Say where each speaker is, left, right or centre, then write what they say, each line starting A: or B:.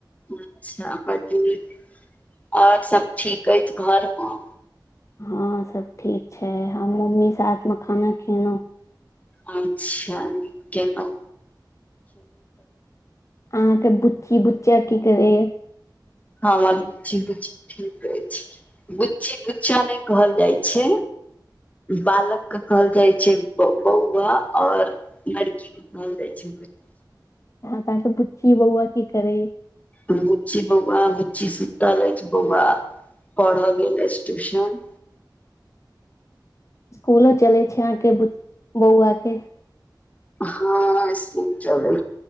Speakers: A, on the left; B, on the left.
A: अच्छा बड नीक और सब ठीक अइछ घर में
B: हँं सब ठीक छै हम मम्मी सा साथ में खाना खेलहुँं
A: अच्छा न
B: अहाँके बुच्ची बुच्चा की करे य
A: हँ हमर गुच्ची गुच्ची ठीक रहै छै गुच्ची गुच्चा नय कहल जाइ छै बालक के कहल जाइ छै बौआ आऔर लड़की ब दै छै बी
B: हँ तहाँके पुछी बउआ की करेह
A: अगुच्ची बौआ अंगुच्ची सुत लै बौआ पढ़ऽ गेल ट्यूशन
B: इसकूलो चलय छय आहाँके बौआ के
A: हँ बहु चबै